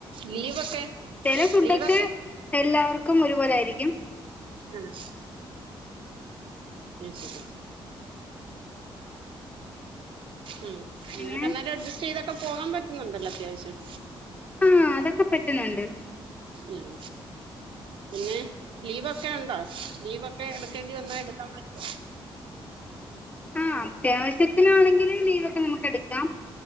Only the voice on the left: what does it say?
ചെല ഫുഡൊക്കെ
എല്ലാവർക്കും ഒരുപോലെ ആയിരിക്കും.
പിന്നെ
ആ അതൊക്കെ പറ്റുന്നുണ്ട്.
ആ അത്യാവശ്യത്തിനാണെങ്കില് ലീവൊക്കെ നമ്മക്ക് എട്ക്കാം